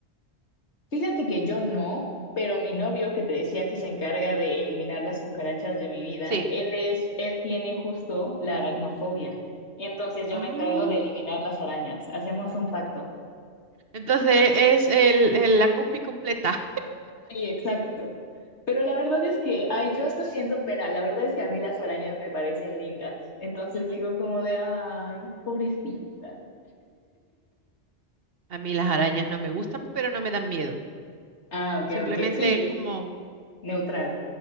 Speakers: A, on the left; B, on the right.
A: Fíjate que yo no, pero mi novio que te decía que se encarga de eliminar las cucarachas de mi vida,
B: Sí.
A: él es, él tiene justo la aracnofobia. Entonces yo
B: Oh,
A: me encargo de eliminar las arañas. Hacemos un pacto.
B: entonces es el, el- la combi completa.
A: Sí, exacto. Pero la verdad es que, ay, yo hasta siento pena. La verdad es que a mí las arañas me parecen lindas. Entonces
B: <laughs> Ujú.
A: digo como de, ay, pobrecita.
B: A mí las arañas no me gustan, pero no me dan miedo.
A: Ah, ok,
B: Simplemente
A: ok. Sí,
B: es como,
A: Neutral.